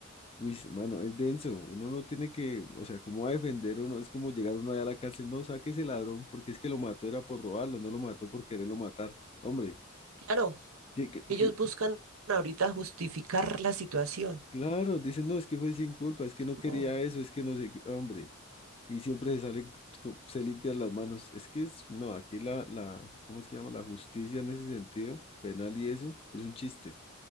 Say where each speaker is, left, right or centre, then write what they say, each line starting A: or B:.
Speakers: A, on the left; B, on the right.
A: Uy, mano, es denso. Uno no tiene que, o sea, ¿cómo va a defender uno? Es como llegar uno allá a la cárcel, no, saque ese ladrón, porque es que lo mató era por robarlo, no lo mató por quererlo matar. Hombre,
B: Claro,
A: que, que-
B: ellos
A: que-
B: buscan ahorita justificar la situación.
A: claro, dicen, no, es que fue sin culpa, es que no quería
B: Oh,
A: eso, es que no sé qué, hombre. Y siempre se salen, co- se limpian las manos. Es que es, no, aquí la, la, ¿cómo es que se llama? La justicia en ese sentido, penal y eso, es un chiste.